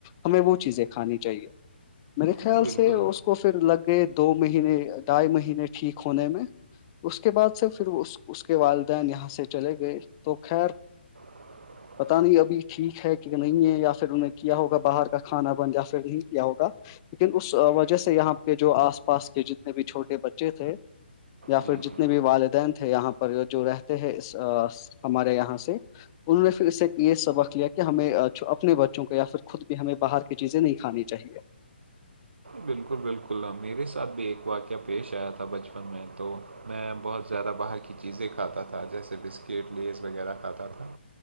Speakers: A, on the left; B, on the right.
A: ہمیں وہ چیزیں کھانی چاہیے میرے خیال
B: جی بالکل
A: سے اس کو کو پھر لگ گئے دو مہینے ڈھائی مہینے ٹھیک ہونے میں اس کے بعد سے پھر اس اس کے والدین یہاں سے چلے گئے تو خیر
B: <inaudible>
A: پتا نہیں ابھی ٹھیک ہے کہ نہیں ہے یا پھر انہیں کیا ہوگا باہر کا کھانا بن یا پھر نہیں کیا ہوگا لیکن اس وجہ سے یہاں کےہ جو آس پاس کے جتنے بھی چھوٹے بچے تھے یا
B: جی
A: پھر جتنے
B: جی
A: بھی والدین تھے یہاں پر جو رہتے ہیں ہمارے یہاں سے انہوں نے پھر اس سے یہ سبق لیا کہ ہمیں اپنے بچوں کو یا پھر خود بھی ہمیں باہر چیزیں نہیں کھانی چاہیے
B: بالکل بالکل میرے ساتھ بھی ایک واقعہ پیش آیا تھا بچپن میں تو میں بہت زیادہ باہر کی چیزیں کھاتا تھا جیسے بسکٹ لیس وغیرہ کھاتا تھا